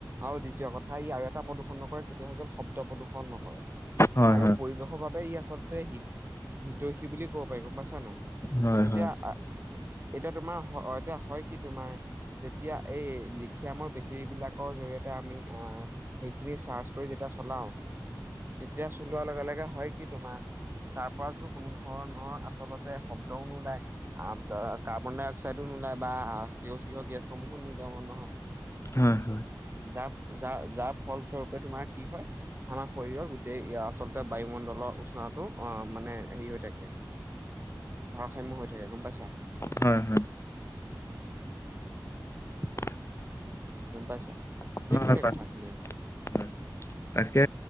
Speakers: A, on the right (about 30°); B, on the left (about 35°).
A: আৰু দ্বিতীয় কথা ই আৰু এটা প্ৰদূৰণ নকৰে, সেইটো হৈ গল শব্দ প্ৰদূৰণ নকৰে।
B: হয়
A: আৰু পৰিৱেশৰ বাবে ই আচলতে হি হিতয়ষী বুলি কব পাৰি গম পাইছা নাই,
B: হয় হয়
A: এতিয়া
B: হয়
A: আ এতিয়া তোমাৰ এতিয়া হয় কি তোমাৰ যেতিয়া এই লিথিয়ামৰ বেটেৰী বিলাকৰ জৰিয়তে আমি আ সেইখিনি চাৰ্চ কৰি যেতিয়া চলাও তেতিয়া চলোৱাৰ লগে লগে হয় কি তোমাৰ তাৰ পৰাতো কোনো ধৰণৰ আচলতে শব্দও নোলায়। আহ দা কাৰ্বন ডাই অক্সাইডো নোলায় বা সেউজ গৃহ গেছসমূহো নিৰ্গমন নহয়।
B: হয়ঁ হয়ঁ।
A: যাৰ যা যাৰ ফলস্বৰূপে তোমাৰ কি হয় আমাৰ শৰীৰৰ গোটেই আচলতে বায়ুমণ্ডল তলত উচনা টো অ মানে হেৰি হৈ থাকে ভাৰসাম্য হৈ থাকে গম পাইছা।
B: হয়ঁ হয়ঁ। <inaudible>
A: গম পাইছা
B: হয়
A: সেইখনে
B: হয় হয়
A: কথাখিনি আৰু।
B: হয় তাকে